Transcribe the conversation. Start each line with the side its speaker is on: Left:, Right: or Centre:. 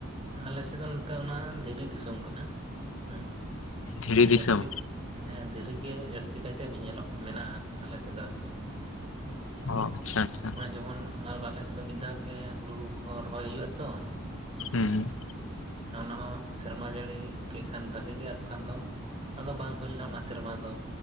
Right: ᱟᱞᱮ ᱥᱮᱫ ᱫᱚ ᱱᱚᱛᱮ ᱚᱱᱟ ᱫᱷᱤᱨᱤ ᱫᱤᱥᱚᱢ ᱠᱟᱱᱟ ᱦᱮᱸ,
Left: ᱫᱷᱤᱨᱤ ᱫᱤᱥᱚᱢ
Right: ᱡᱟᱹᱥᱛᱤ ᱦᱮᱸ ᱫᱷᱤᱨᱤᱜᱮ ᱡᱟᱹᱥᱛᱤ ᱠᱟᱭᱛᱮ ᱧᱮᱞᱚᱜ ᱢᱮᱱᱟᱜᱼᱟ ᱟᱞᱮ ᱥᱮᱫ ᱫᱚ ᱟᱨᱠᱤ ᱦᱮᱸ᱾
Left: ᱚ ᱟᱪᱪᱷᱟ ᱟᱪᱪᱷᱟ᱾
Right: ᱱᱚᱜ-ᱚᱭ ᱡᱮᱢᱚᱱ ᱟᱞᱮᱥᱮᱫ ᱫᱚ ᱢᱤᱫ ᱫᱷᱟᱣ ᱜᱮ ᱦᱩᱲᱩ ᱠᱚᱦᱚᱸ ᱨᱚᱦᱚᱭ ᱦᱳᱭᱳᱜᱼᱟ ᱛᱚ,
Left: ᱦᱮᱸ ᱦᱮᱸ
Right: ᱚᱱᱟ ᱦᱚᱸ ᱥᱮᱨᱢᱟ ᱡᱟᱹᱲᱤ ᱠᱮᱫ ᱠᱷᱟᱱ ᱵᱷᱟᱹᱜᱤ ᱜᱮ ᱟᱨ ᱵᱟᱠᱷᱟᱱ ᱫᱚ ᱟᱫᱚ ᱵᱟᱝ ᱦᱳᱭ ᱞᱮᱱᱟ ᱚᱱᱟ ᱥᱮᱨᱢᱟ ᱫᱚ